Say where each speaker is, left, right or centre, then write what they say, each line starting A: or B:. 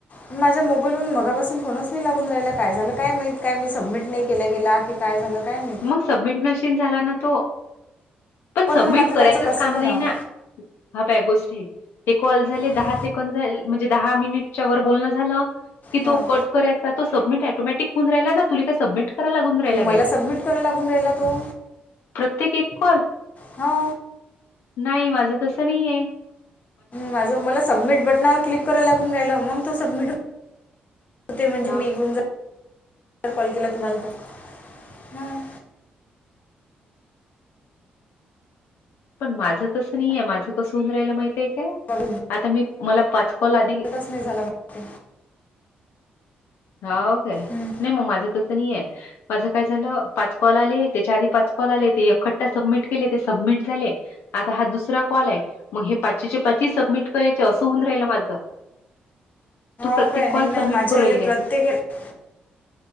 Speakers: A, on the left; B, on the left.
A: माझ्या मोबाईलहून मगापासून फोनच नाही लागून राहिला. काय झालं काय माहित. काय मी सबमिट नाही केल्या गेला. काय झालं काय माहि --
B: मग सबमिट नशीन झाला ना तो. पण सबमिट
A: मग आता
B: करायचच
A: त्याचं कसं
B: काम
A: करावं
B: नाही ना हा बॅ गोष्ट आहे हे कॉल झाले
A: हां
B: दहा सेकंद -- म्हणजे दहा मिनिटच्या वर बोलणं झालं -- क
A: हां
B: तो करायचा तो सबमिट ॲटोटिक होऊन राहिला ना तुला काय सबमिट करा लागुन राहिला
A: मला
B: काय?
A: सबमिट करायला लागून राहिला तो
B: प्रत्येक एक कॉल?
A: हा.
B: नाही. माझं तसं नईआय.
A: माझं मला सबमिट बटनावर क्लिक -- कराय लागुन राहिल मंग ते सबमिट हो <unintelligible> ते
B: हा
A: निघुन जा कॉल केला तुम्हाला तर
B: पण माझं तसं नाही आहे माझं कसं होऊन राहियला माहितय काय
A: कर
B: आता मी मला पाचकॉल आधि
A: नाही झाला मला
B: हो काय
A: वाटते.
B: नाही मग माझं तसं नाही आहे माझं काय झालं पाच कॉल आले त्याच्या आधी पाच कॉल आले ते एकखट्टा सबमिट केले ते सबमिट झाले आता हा दुसरा कॉल आहे मग हे पाचच्या पाच सबमिट करायच असं होऊन राहिल माझं तू प्रत्येक
A: हो काय नाही
B: कॉल
A: ना
B: सबमिट
A: माझ्या
B: करली
A: याला
B: काय
A: प्रत्येक याला-